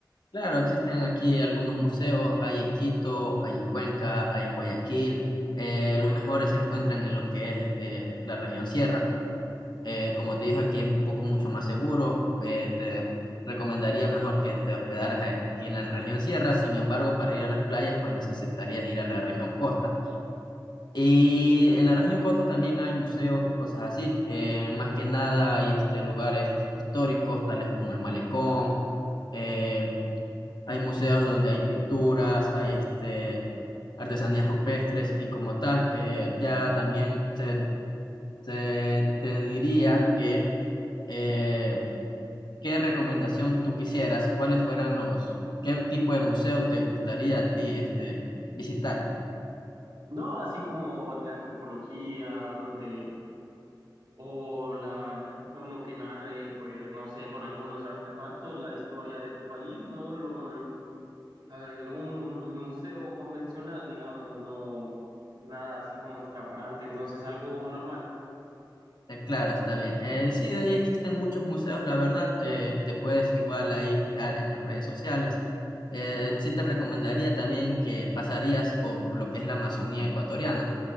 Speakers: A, on the left; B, on the right.
A: Claro, existen aquí algunos museos, hay en Quito, hay en Cuenca, hay en Guayaquil. eh, los mejores se encuentran en lo que es este, la región sierra. Eh, como te dijo, aquí es un poco mucho más seguro. Eh, te recomendaría mejor que te hospedaras a- aquí en la región sierra. Sin embargo, para ir a las playas, pues necesitarías ir a la región costa. Y en la región Costa también hay museos y cosas así. eh, más que nada hay este, lugares históricos, tales como el Malecón. eh, hay museos donde hay pinturas, hay este, artesanías rupestres y como tal, eh, ya también se- se- te diría que eh, ¿Qué recomendación tú quisieras? ¿Cuáles fueran los, qué tipo de museo te gustaría a ti este, visitar?
B: No, así como de antropología, donde, o la, mm, uno que narre, pues, no sé, con algunos artefactos, la historia de tu país, no lo, mm, al- un museo convencional, digamos, no, nada así como extravagante, entonces algo normal.
A: Eh, claro, está bien. Eh, sí, de ahí existen muchos museos, la verdad. eh, te puedes igual ahí fijar en las redes sociales. Eh, sí te recomendaría también que pasarías por lo que es la Amazonía ecuatoriana.